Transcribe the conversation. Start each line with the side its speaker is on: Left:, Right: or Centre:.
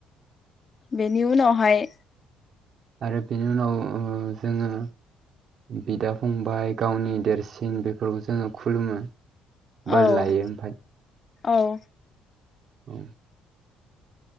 Left: बेनि उनावहाय
Right: आरो बेनि उनाव जोङो बिदा फंबाय गावनि देरसिन बेफोरखौ जोङो खुलुमो। बोर
Left: औ
Right: लायो ओमफाय
Left: औ।
Right: औ